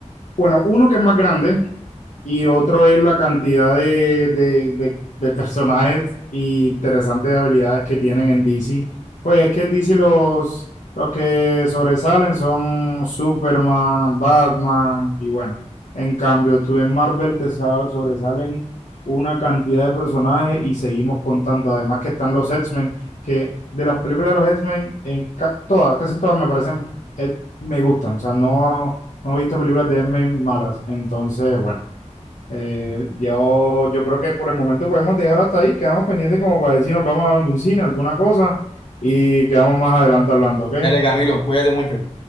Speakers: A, on the left (about 85°); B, on the left (about 45°).
A: Bueno, uno que es más grande, y otro es la cantidad de, de, de- de personajes y interesantes habilidades que tienen en DC. Pues es que en DC los, los que sobresalen son Superman, Batman y bueno. En cambio, tú en Marvel te sa- sobresalen una cantidad de personajes y seguimos contando. Además que están los X-Men, que de las películas de los X-Men, en ca- todas, casi todas me parecen, eh, me gustan. O sea, no, no he visto películas de X-Men malas. Entonces, bueno. Eh, yo, yo creo que por el momento podemos dejar hasta ahí, quedamos pendientes como para decir si nos vamos a algún cine, alguna cosa, y quedamos más adelante hablando, ¿ok?
B: Dale, Camilo, cuídate mucho.